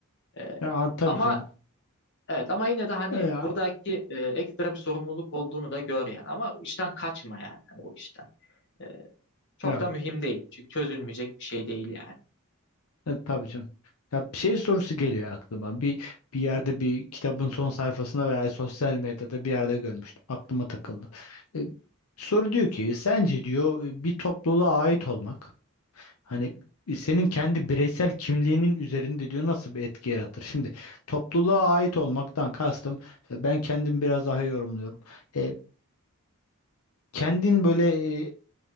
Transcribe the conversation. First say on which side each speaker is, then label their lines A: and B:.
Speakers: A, on the left; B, on the left.
A: E,
B: ya tabii
A: ama
B: canım.
A: evet ama yine de hani
B: Ya,
A: buradaki e, ekstra bir sorumluluk olduğunu da gör yani. Ama işten kaçma yani hani o işten. E, çok
B: ya
A: da mühim değil. Çünkü çözülmeyecek bir şey değil yani.
B: E, tabii canım. Ya bir şey sorusu geliyor aklıma. Bir bir yerde bir kitabın son sayfasında veya sosyal medyada bir yerde görmüştüm. Aklıma takıldı. E, soru diyor ki sence diyor bir topluluğa ait olmak hani
A: Hı
B: e, senin kendi bireysel kimliğinin üzerinde diyor nasıl bir etki yaratır? Şimdi topluluğa ait olmaktan kastım e, ben kendim biraz daha yorumluyorum. E, kendin böyle e,